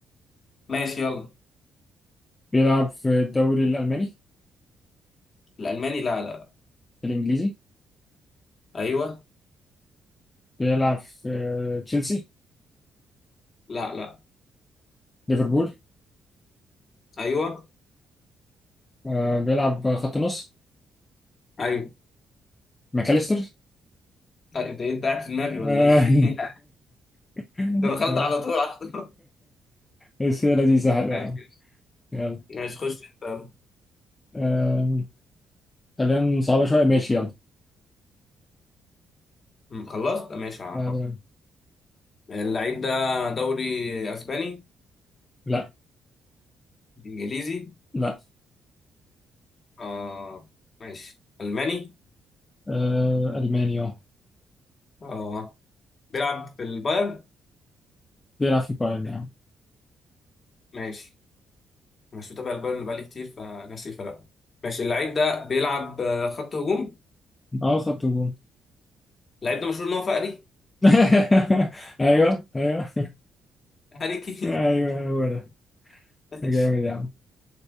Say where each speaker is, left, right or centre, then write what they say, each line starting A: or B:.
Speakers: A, on the left; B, on the left.
A: ماشي يلا
B: بيلعب في الدوري الالماني
A: الالماني لا لا
B: الانجليزي
A: ايوه
B: بيلعب في آه، تشيلسي
A: لا لا
B: ليفربول
A: ايوه
B: آه، بيلعب خط نص
A: ايوه
B: ماكاليستر
A: لا انت انت قاعد في دماغي ولا
B: آه،
A: ايه <laughs>
B: <laughs>
A: انت دخلت على طول على طول
B: بس هي لذيذة حلوة
A: ماشي
B: يا عم. يلا
A: ماشي خش انت يلا.
B: آه، خلينا صعبة شوية ماشي يلا
A: م، خلصت ماشي هفكر
B: بعد-
A: اللعيب ده دوري اسباني
B: لا
A: انجليزي
B: لا
A: اه ماشي الماني
B: آه، ألماني اه
A: اه بيلعب في البايرن
B: بيلعب في بايرن يعني
A: ماشي مش متابع البايرن بقالي كتير فناسي فرق ماشي اللعيب ده بيلعب آه، خط هجوم
B: اه خط هجوم
A: اللعيب ده مشهور ان هو فقري
B: <laughs> ايوه ايوه
A: هاري كين
B: ايوه هو ده
A: <laughs> ماشي
B: جامد يا عم